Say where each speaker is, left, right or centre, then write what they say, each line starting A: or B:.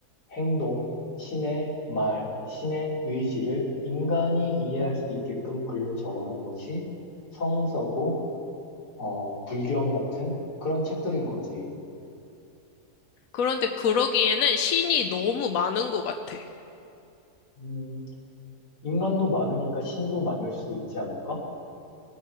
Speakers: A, on the left; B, on the left.
A: 행동, 신의 말, 신의 의지를 인간이 이해할 수 있게끔 글로 적어 놓은 것이 성서고, 어, 불경 같은 그런 책들인 거지.
B: 그런데 그러기에는 신이 너무 많은 것 같아.
A: 음, 인간도 많으니까 신도 많을 수 있지 않을까?